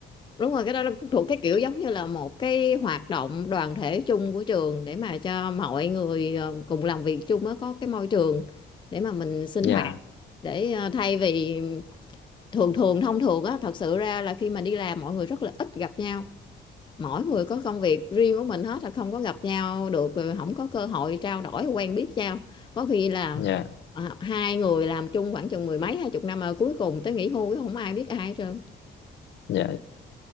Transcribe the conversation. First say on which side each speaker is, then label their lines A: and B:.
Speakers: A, on the left; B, on the left.
A: đúng rồi cái đó là thuộc cái kiểu giống như là một cái hoạt động đoàn thể chung của trường để mà cho mọi người ờ, cùng làm việc chung á có cái môi trường để mà mình sinh
B: dạ
A: hoạt để ờ, thay vì thường thường thông thường á thật sự ra là khi mà đi làm mọi người rất là ít gặp nhau mỗi người có công việc riêng của mình hết là không có gặp nhau được rồi không có cơ hội trao đổi quen biết nhau có khi là
B: dạ
A: ờ, hai người làm chung khoảng chừng mười mấy hai chục năm mà cuối cùng tới nghỉ hưu cũng không ai biết ai hết trơn
B: dạ